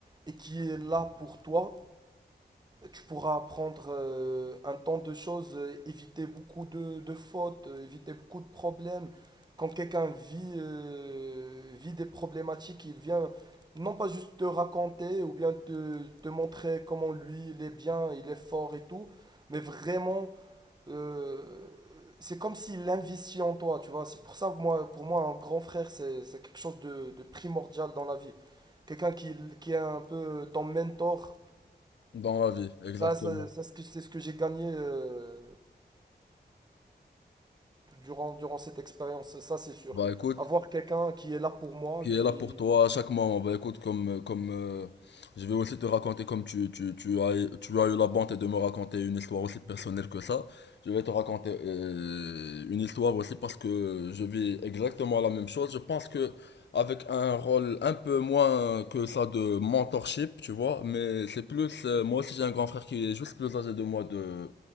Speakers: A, on the right; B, on the left.
A: et qui est là pour toi, tu pourras apprendre euh, un tant de choses, euh, éviter beaucoup de, de fautes, euh, éviter beaucoup de problèmes. Quand quelqu'un vit, euh, vit des problématiques, il vient non pas juste te raconter ou bien te, te montrer comment lui il est bien, il est fort et tout, mais vraiment euh, c'est comme s'il investit en toi, tu vois. C'est pour ça que moi, pour moi, un grand frère, c'est c'est quelque chose de, de primordial dans la vie. Quelqu'un qui, qui est un peu ton mentor.
B: Dans la vie, exactement.
A: Ça, ça- ça, c'est ce que c'est ce que j'ai gagné euh, durant, durant cette expérience, ça c'est sûr.
B: Bah écoute,
A: Avoir quelqu'un qui est là pour moi,
B: qui
A: qui...
B: est là pour toi à chaque moment. Bah écoute, comme, euh, comme euh, je vais aussi te raconter, comme tu, tu, tu, as, tu as eu la bonté de me raconter une histoire aussi personnelle que ça, je vais te raconter euh, une histoire aussi parce que je vis exactement la même chose. Je pense que avec un rôle un peu moins que ça de mentorship, tu vois, mais c'est plus, euh, moi aussi j'ai un grand frère qui est juste plus âgé de moi de,